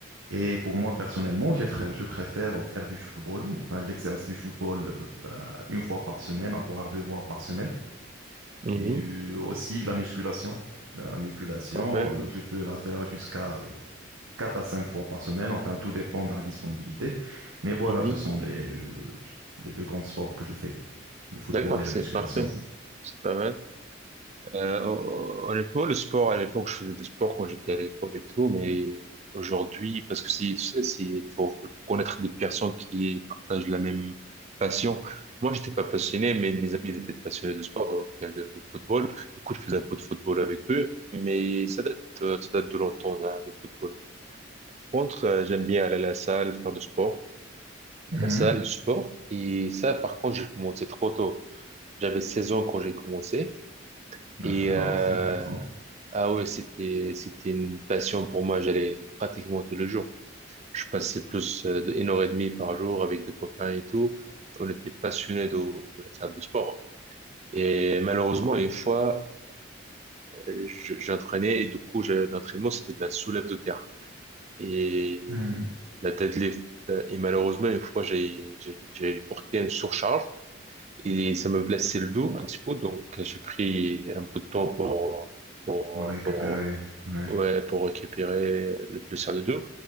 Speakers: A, on the right; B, on the right.
A: Et pour moi, personnellement, je, fr- je préfère faire du football. Enfin, j'exerce du football euh, euh, une fois par semaine, voire deux fois par semaine.
B: Mhm.
A: Et euh, Mhm. aussi de la musculation. La musculation,
B: Parfait.
A: euh, je peux la faire jusqu'à euh, quatre à cinq fois par semaine. Enfin, tout dépend de la disponibilité. Mais voilà,
B: Mhm.
A: ce sont les, euh, les deux grands sports que je fais, le football
B: D'accord,
A: et la
B: c'est
A: musculation.
B: parfait. C'est pas mal. Euh, hon- honnêtement, le sport, à l'époque, je faisais du sport quand j'étais à l'école et tout, mais aujourd'hui, parce que c'est, tu sais, c'est, il faut il faut connaître des personnes qui partagent la même passion. Moi, j'étais pas passionné, mais mes amis ils étaient passionnés de sport, donc, enfin, de, de football. Du coup, je faisais un peu de football avec eux, mais ça date, euh, ça date de longtemps, hein, le football. Par contre, euh, j'aime bien aller à la salle, faire du sport.
A: Mhm.
B: La salle, le sport. Et ça, par contre, j'ai commencé trop tôt. J'avais 16 ans quand j'ai commencé.
A: Ah,
B: Et
A: d'accord,
B: euh,
A: c'est intéressant.
B: ah ouais, c'était c'était une passion pour moi. J'allais pratiquement tous les jours. Je passais plus euh, de une heure et demie par jour avec des copains et tout. On était passionnés de, de la salle de sport. Et malheureusement, une fois, euh, je- j'entraînais et du coup, je- l'entraînement, c'était de la soulève de terre et
A: Mhm. Mhm.
B: la deadlift. euh, Et malheureusement, une fois, j'ai j'ai j'ai porté une surcharge et ça me blessait le dos un petit peu. Donc, j'ai pris un peu de temps pour pour,
A: On va récupérer.
B: pour
A: ouais.
B: Ouais, pour récupérer le plus co deux.